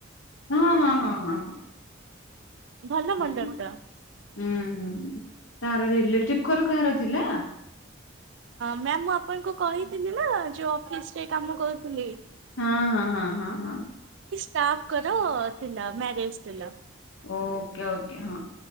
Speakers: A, on the left; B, on the right.
A: ହଁ ହଁ ହଁ ହଁ ହଁ।
B: ଭଲ
A: ହୁଁ
B: ମଣ୍ଡପ
A: ହୁଁ
B: ଟା।
A: ହୁଁ କାହାର ଲିଲେଟିବ୍ <unintelligible> କାହାର ଥିଲା
B: ମ୍ୟାମ ମୁଁ ଆପଣଙ୍କୁ କହିଥିଲି ନା ଯୋଉ ଅଫିସ ରେ କାମ କରୁଥିଲି
A: ହଁ ହଁ ହଁ ହଁ ହଁ।
B: ଷ୍ଟାଫ କର ଥିଲା ମ୍ୟାରେଜ ଥିଲା।
A: ଓକେ ଓକେ ହଁ